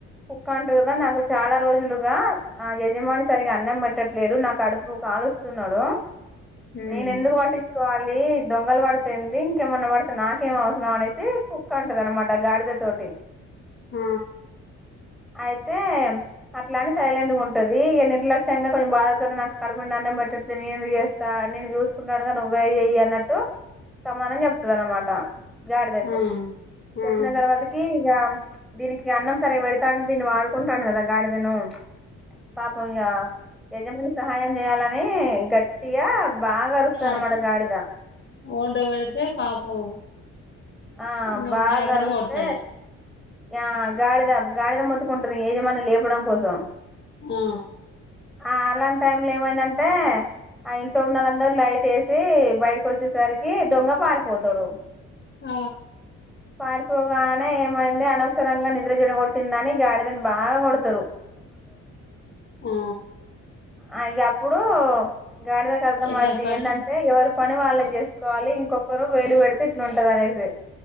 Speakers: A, in the centre; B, on the left.
A: కుక్క అంటది గ నాకు చాలా రోజులుగా ఆ యజమాని సరిగా అన్నం పెట్టట్లేదు నా కడుపు కా కాలుస్తున్నాడు.
B: మ్మ్
A: నేనెందుకు పట్టిచ్ కోవాలి దొంగలు పడితె ఎంది ఇంకేమన్నా పడితె నాకేం అవసరం అనేసి కుక్కంటది అనమాట గాడిద తోటి
B: ఆ
A: అయితే అట్లాని సైలెంట్గుంటది ఇగ నిర్లక్ష్యంగా కొంచెం బాధతో నాకు కడుపు నాన్న మట్ట నేను ఎందుకు జేస్తా నేను చూసుకుంటానుగా నువ్వే ఎయి ఎయి అన్నట్టు సమానం చెప్తదనమాట గాడిదకు
B: ఆ ఆ
A: చెప్పిన తర్వాతకి యామ్ దీనికి అన్నం సరే బెడతాన్ దీన్ని వాడుకుంటాను గదా గాడిదేనూ పాపం ఇగ యజమాని సహాయం జెయాలనీ గట్టిగా బాగా అరుస్తది
B: అర
A: అన్నమాట గాడిద
B: ఓండ్ర పెడితే పాపం
A: ఆ
B: నువ్వు
A: బాగరుస్తే
B: గాడిదని కొడతాడు
A: ఆ గాడిద గాడిద మొత్తుకుంటది. యజమాన్ని లేపడం కోసం.
B: ఆ
A: ఆ అలాంటైం లో ఏమైందంటే ఆ ఇంట్లో ఉన్నళ్ళందర్లైటేసి బయటకి వచ్చేసరికి దొంగ పారిపోతాడు.
B: ఆ
A: పారిపోగానే ఏమైంది అనవసరంగా నిద్ర చెడగొట్టిందని, గాడిదని బాగొడతరు.
B: ఆ
A: అ ఇంగప్పుడు గాడిదకర్ధం
B: ఎవరి
A: అయ్యిద్ది
B: పని
A: ఏందంటే ఎవరి పని వాళ్ళ జేస్కోవాలి. ఇంకొక్కరు వేలు పెడితే ఇట్లుంటది అనేసి.